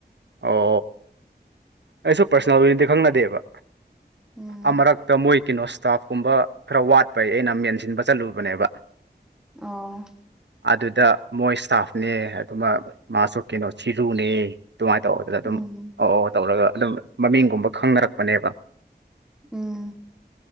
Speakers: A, on the right; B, in the centre.
A: ꯑꯣ ꯑꯩꯁꯨ ꯄꯥꯔꯁꯣꯅꯦꯜꯗꯤ ꯑꯣꯏꯅꯗꯤ ꯈꯪꯅꯗꯦꯕ
B: ꯎꯝ
A: ꯑꯃꯨꯔꯛ ꯃꯣꯏ ꯀꯩꯅꯣ ꯁ꯭ꯇꯥꯐ ꯀꯨꯝꯕ ꯈꯔ ꯋꯥꯠꯄꯩ ꯑꯩꯅ ꯃꯦꯟꯁꯤꯟꯕ ꯆꯠꯂꯨꯕꯅꯦꯕ
B: ꯑꯣ
A: ꯑꯗꯨꯗ ꯃꯣꯏ ꯏꯁꯇꯥꯐꯅꯦ ꯑꯗꯨꯃ ꯃꯥꯁꯨ ꯀꯩꯅꯣ ꯆꯤꯔꯨꯅꯦ ꯑꯗꯨꯃꯥꯏꯅ ꯇꯧꯕ ꯑꯗꯨꯗ ꯑꯗꯨꯝ
B: ꯎꯝ
A: ꯑ ꯑꯧ ꯇꯧꯔꯒ ꯑꯗꯨꯝ ꯃꯃꯤꯡꯒꯨꯝꯕ ꯈꯪꯅꯔꯛꯄꯅꯦꯕ
B: ꯎꯝ